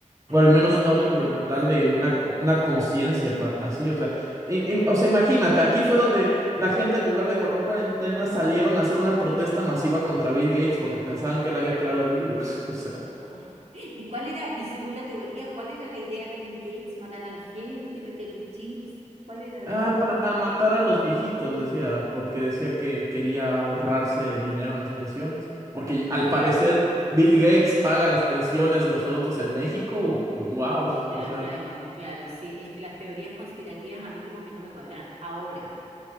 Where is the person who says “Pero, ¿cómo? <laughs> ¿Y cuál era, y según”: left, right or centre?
Right